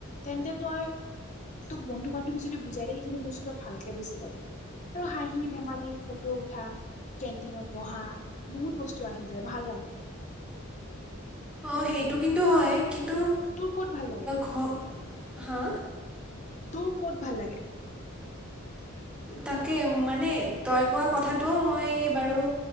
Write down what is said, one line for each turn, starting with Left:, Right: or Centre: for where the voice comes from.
Left: তেন্তে তই তোক বন্ধু-বান্ধৱীয়ে যদি বুজাই দিয়ে সেইখিনি বস্তু তই ভালকে বুজি পাবি। আৰু হাঁহি ধেমালি ফটো উঠা কেণ্টিনত বহা, বহুত বস্তু আহি যায় ভাল লাগে।
Centre: অ, সেইটো কিন্তু হয়, কিন্তু
Left: তোৰ ক'ত ভাল লাগে
Centre: ঘ, হা?
Left: তোৰ ক'ত ভাল লাগে?
Centre: তাকে মানে তই কোৱা কথাটোও মই বাৰু